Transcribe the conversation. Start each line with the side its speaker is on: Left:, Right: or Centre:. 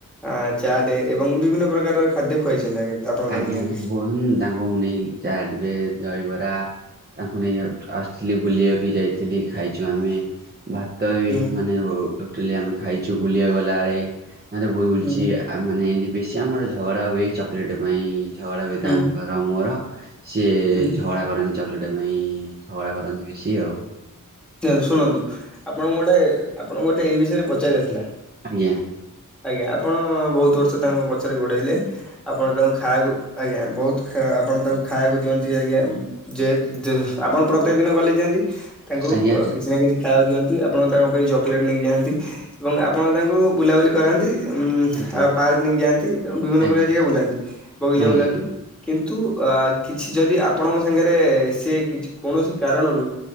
Centre: ଆ ଚାଟ ଏବଂ ବିଭିନ୍ନ ପ୍ରକାର ଖାଦ୍ୟ ଖୁଆଇଛନ୍ତି। ଆପଣ
Right: ଆଜ୍ଞା
Centre: ତାଙ୍କୁ ନେଇକି।
Right: ବ ତାଙ୍କୁ ମୁ ନେଇ କି ଚାର୍ଟ ଏ ଦହିବରା। ତାଙ୍କୁ ନେଇକି ଆସିଥିଲି ବୁଲିବାକୁ ଯାଇଥିଲି ଖାଇଛୁ ଆମେ। ଭାତ ବି
Centre: ହୁଁ
Right: ମାନେ ଟୋଟାଲି ଆମେ ଖାଇଛୁ ବୁଲିବାକୁ ଗଲାବେଳେ ନା ତ ବହୁତ ବୁଲୁଛି
Centre: ହୁଁ
Right: ଆମେମାନେ ଏମତି ବେଶୀ ଆମର ଝଗଡ଼ା ହୁଏ ଚକୋଲେଟ୍ ପାଇଁ ଝଗଡ଼ା ବିଏ
Centre: ହୁଁ
Right: ତାଙ୍କର ମୋର ସିଏ
Centre: ହୁଁ
Right: ଝଗଡ଼ା କରନ୍ତି ଚକୋଲେଟ୍ ପାଇଁ ଝଗଡ଼ା କରନ୍ତି ବି ସି ଏ
Centre: ଶନ୍ତୁ ଶୁଣନ୍ତୁ ଆପଣଙ୍କୁ ଗୋଟେ ଆପଣଙ୍କୁ ଗୋଟେ ଏଇ ବିଷୟରେ ପଚାରିବାର ଥିଲା
Right: ଆଜ୍ଞା
Centre: ଆଜ୍ଞା ଆପଣ ବହୁତ ବର୍ଷ ତାଙ୍କ ପଛରେ ଗୋଡେଇଲେ ଆପଣ ତାଙ୍କୁ ଖା କୁ ଆଜ୍ଞା ବହୁତ ଆପଣ ତାକୁ ଖାଇବାକୁ ଦିଅନ୍ତି ଆଜ୍ଞା ଯେହେ ଯେହେ ତୁ ଆପଣ ପ୍ରତ୍ୟେକ ଦିନ ଗଲେ ଯାଆନ୍ତି ତାଙ୍କୁ
Right: ଆଜ୍ଞା ଆଜ୍ଞା
Centre: କିଛି ନା କିଛି ଖାଇବା ଦିଅନ୍ତି ଆପଣ ତାଙ୍କ ପାଇଁ ଚକୋଲେଟ୍ ନେଇକି ଯାଆନ୍ତି। ଏବଂ ଆପଣ ତାଙ୍କୁ ବୁଲାବୁଲି କରାନ୍ତି। ଉ
Right: ଆଜ୍ଞା
Centre: ପାର୍କ ନେଇକି ଯାଆନ୍ତି ବିଭିନ୍ନ
Right: ଆଜ୍ଞା ଆଜ୍ଞା
Centre: ପ୍ରକାର ଜାଗା ବୁଲାନ୍ତି ବଗିଚା
Right: ଆଜ୍ଞା
Centre: ବୁଲାନ୍ତି କିନ୍ତୁ। ବା କିଛି ଯଦି ଆପଣଙ୍କ ସାଙ୍ଗରେ ସେ କିଛି କୌଣସି କାରଣରୁ